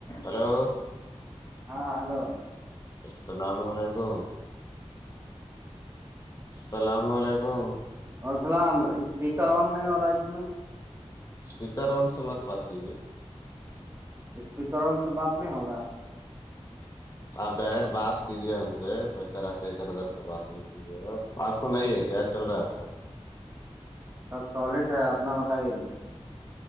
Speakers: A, on the left (about 35°); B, on the right (about 25°).
A: Hello
B: ہاں hello
A: السلام علیکم السلام علیکم
B: وسلام اسپیکر آن نہیں ہو رہا ہے اس میں
A: اسپیکر اون سے مت بات کییے
B: اسپیکر سے بات نہیں ہوگا
A: آپ ڈائریکٹ بات کیجیے ہم سے کوئی طرح کا ادھر ادھر کا بات نہیں جب آپ سنائیے کیا چل رہا ہے آپ کا
B: سب سالڈ ہے اپنا بتائیے